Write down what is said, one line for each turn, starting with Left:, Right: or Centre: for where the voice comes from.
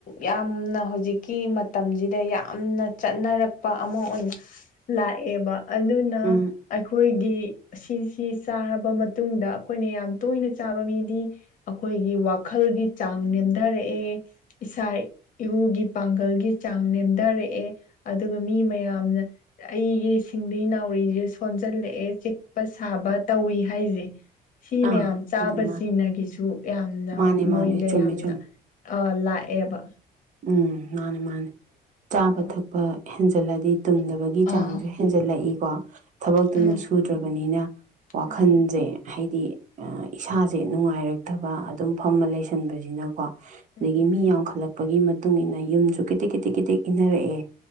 Left: ꯌꯥꯝꯅ ꯍꯧꯖꯤꯛꯀꯤ ꯃꯇꯝꯖꯤꯗ ꯌꯥꯝꯅ ꯆꯠꯅꯔꯛꯄ ꯑꯃꯥ ꯑꯣꯢ ꯑꯣꯢꯅ ꯂꯥꯛꯑꯦꯕ ꯑꯗꯨꯅ
Right: ꯎꯝ
Left: ꯑꯩꯈꯣꯏꯒꯤ ꯁꯤꯖꯤ ꯁꯤ ꯆꯥꯔꯕ ꯃꯇꯨꯡꯗ ꯑꯩꯈꯣꯏꯅ ꯌꯥꯝ ꯇꯣꯏꯅ ꯆꯥꯕ ꯃꯤꯗꯤ ꯑꯩꯈꯣꯏꯒꯤ ꯋꯥꯈꯜꯒꯤ ꯆꯥꯡ ꯅꯦꯝꯙꯔꯦ ꯑꯦ ꯏꯁꯥ- ꯏꯎꯒꯤ ꯄꯥꯡꯒꯜꯒꯤ ꯆꯥꯡ ꯅꯦꯝꯗꯔꯛꯑꯦ ꯑꯗꯨꯒ ꯃꯤ ꯃꯌꯥꯝ ꯌꯥꯝꯅ ꯑꯩꯒꯤ ꯁꯤꯡꯂꯤ -ꯅꯥꯎꯔꯤꯖꯦ ꯁꯣꯟꯖꯜꯂꯛꯑꯦ ꯆꯤꯛꯄ -ꯁꯥꯕ ꯇꯧꯏ ꯍꯥꯏ ꯁꯤ
Right: ꯑꯥ
Left: ꯃꯌꯥꯝ ꯆꯥꯕꯖꯤꯒꯅꯁꯨ
Right: ꯃꯥꯅꯦ ꯃꯥꯅꯦ
Left: ꯌꯥꯝꯅ
Right: ꯃꯥꯅꯦ ꯃꯥꯅꯦ
Left: ꯃꯣꯢꯗ
Right: ꯆꯨꯝꯃꯦ
Left: ꯌꯥꯝꯅ
Right: ꯆꯨꯝꯃꯦ
Left: ꯑ ꯂꯥꯛꯑꯦꯕ
Right: ꯎꯪ ꯃꯥꯟꯅꯤ ꯃꯥꯟꯅꯤ ꯆꯥꯕ-ꯊꯛꯄ
Left: ꯎꯝ
Right: ꯍꯦꯟꯖꯜꯂꯛꯑꯗꯤ ꯇꯨꯝꯗꯕꯒꯤ
Left: ꯑꯥ
Right: ꯆꯥꯡꯖꯨ ꯍꯦꯟꯖꯜꯂꯛꯏꯀꯣ ꯊꯕꯛꯇꯨꯅꯁꯨ
Left: ꯎꯝ
Right: ꯁꯨꯗ꯭ꯔꯕꯅꯤꯅ ꯋꯥꯈꯟꯖꯦ
Left: ꯎꯝ
Right: ꯍꯩ ꯗꯤ ꯏꯁꯥꯖꯦ ꯅꯨꯡꯉꯥꯏꯔꯛꯇꯕ ꯑꯗꯨꯝ ꯐꯝꯃ ꯂꯩꯁꯤꯟꯕꯖꯤꯅꯀꯣ ꯑꯗꯒꯤ
Left: ꯎꯝ
Right: ꯃꯤ
Left: ꯎꯝ
Right: ꯌꯥꯝꯈꯠꯂꯛꯄꯒꯤ ꯃꯇꯨꯡꯏꯟꯅ ꯌꯨꯝꯖꯨ ꯀꯤꯗꯤꯛ -ꯀꯤꯗꯤꯛ ꯏꯟꯅꯔꯛꯑꯦ